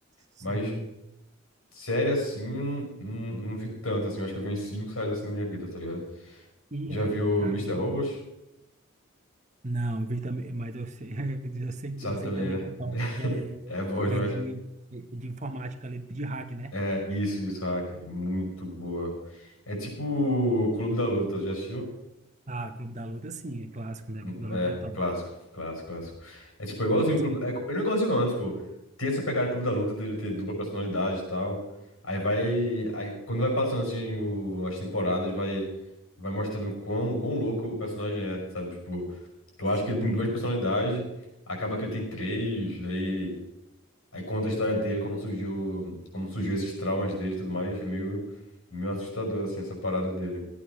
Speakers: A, on the right; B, on the left.
A: Sim.
B: Mas série assim, eu não, não, não vi tanto, assim. Eu acho que eu vi uns cinco séries assim na minha vida, tá ligado?
A: E
B: Já
A: é,
B: viu
A: cara.
B: Mister Robot?
A: Não, eu vi também, mas eu sei, <laughs> eu sei,
B: Sabe
A: eu sei
B: também,
A: também
B: né?
A: que é top,
B: <laughs>
A: que é,
B: É boa demais.
A: é de, é de informática ali, de hack, né?
B: É, isso, isso, Hack. É muito boa. É tipo Clube da Luta, já assistiu?
A: Ah, Clube da Luta, sim, é clássico, né?
B: Hum,
A: Clube da
B: É,
A: Luta é top.
B: é clássico, clássico, clássico. É tipo, é igualzinho
A: Clássico.
B: o Clube. É, co- não é igualzinho, não, né? Tipo, tem essa pegada do Clube da Luta dele ter dupla personalidade e tal. Aí vai. Aí, quando vai passando assim o- as temporadas, vai, vai mostrando quão, quão louco o personagem é, sabe? Tipo, tu
A: Sim,
B: acha que ele tem duas personalidades, acaba que ele tem três, daí. Aí conta a história dele, como surgiu, como surgiu esses traumas dele e tudo mais. É meio, meio assustador, assim, essa parada dele.